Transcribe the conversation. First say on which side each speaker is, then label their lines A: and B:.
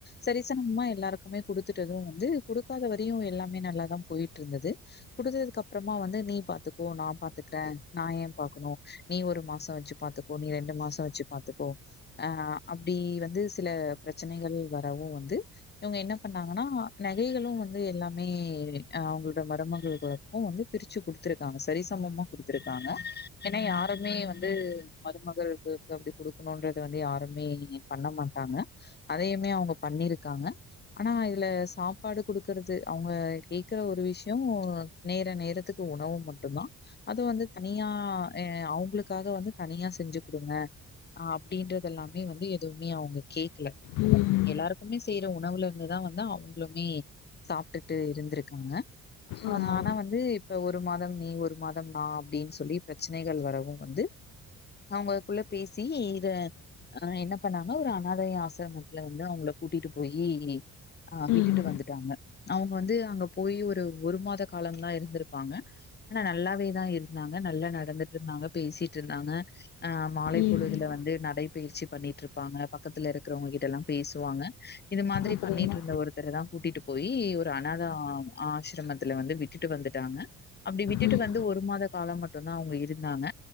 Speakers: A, on the left (about 35°); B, on the left (about 85°).
A: சரிசனமா எல்லாருக்கு மே குடுத்துட்டது வந்து குடுக்காத வரையு எல்லாமே நல்லாதா போயிட்ருந்தது குடுத்ததுக்கப்றமா வந்து நீ பாத்துக்கோ நா பாத்துக்றே நா ஏ பாக்கனு நீ ஒரு மாச வச்சு பாத்துக்கோ நீ ரெண்டு மாச வச்சு பாத்துக்கோ ஆ அப்டி வந்து சில பிரச்சனைகள் வரவு வந்து இவுங்க என்ன பண்ணாங்கனா நகைகளு வந்து எல்லாமே அவுங்ளோட மருமகள்களு க்கு வந்து பிரிச்சு குடுத்துருக்காங்க சரிசமமா குடுத்துருக்காங்க எனா யாருமே வந்து மருமகள் க்கு அப்டி குடுக்கனுன்றது வந்து யாருமே பண்ண மாட்டாங்க அதையுமே அவுங்க பண்ணிருக்காங்க ஆனா இதுல சாப்பாடு குடுக்கறது அவுங்க கேக்குற ஒரு விஷ்யோ நேர நேரத்துக்கு உணவு மட்டுந்தா அது வந்து தனியா எ அவுங்ளுக்காக வந்து தனியா செஞ்சு குடுங்க அ அப்டின்றதெல்லாமே வந்து எதுவுமே அவுங்க கேக்கல
B: ம்
A: எல்லாருக்குமே செய்ற உ ணவுல இருந்துதா வந்து அவுங்களுமே சாப்டுட்டு இருந்துருக்காங்க ஆ
B: ஆமா
A: ஆனா வந்து இ ப்ப ஒரு மாதம் நீ ஒரு மாதம் நா அப்டின் சொல்லி பிரச்சனைகள் வரவு வந்து அவுங்களுக்குள்ள பேசி இத ஆ என்ன பண்ணாங்க ஒரு அனாதை ஆசிரமத்துல வந்து அவுங்கள கூட்டிட்டு போயி அ
B: ம்
A: விட்டுட்டு வந்துட்டாங்க அவுங்க வந்து அங்க போயி ஒரு ஒரு மாத காலம் தா இருந்துருப்பாங்க ஆனா நல்லாவேதா இருந்தாங்க நல்லா நடந்துட்ருந்தாங்க பேசிட்ருந்தாங்க ஆ மாலை
B: ம்
A: பொழுதுல வந்து நடை பயிற்சி பண்ணிட்ருப்பாங்க பக்கத்துல இருக்றவுங்க கிட்டல்லா பேசுவாங்க இது மாதிரி
B: அப்படிங்களா
A: பண்ணிட்ருந்த ஒருத்தர தா கூட்டிட்டு போயி ஒரு அனாதா ஆஷிரமத்துல வந்து விட்டுட்டு வந்துட்டாங்க அப்டி விட்டுட்டு
B: ம்
A: வந்து ஒரு மாத காலம் மட்டுந்தா அவுங்க இருந்தாங்க